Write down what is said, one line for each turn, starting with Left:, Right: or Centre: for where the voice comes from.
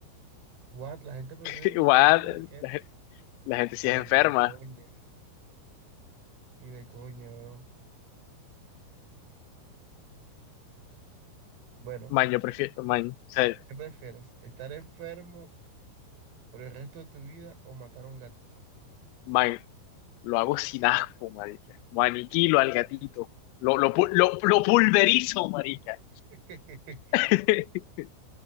Right: What? La gente prefiere
Left: Igual,
Right: enviárselo al jefe.
Left: la, gen- la gente sí
Right: Nah,
Left: es enferma.
Right: ni de coña, ni de coña, bro. Bueno,
Left: Man, yo prefiero, man, o sea,
Right: ¿qué prefieres? ¿Estar enfermo por el resto de tu vida o matar a un gatito?
Left: man, lo hago sin asco, marica. Lo aniquilo al gatito. Lo, lo, pu- lo, lo pulverizo, marica.
Right: <laughs>
Left: <laughs>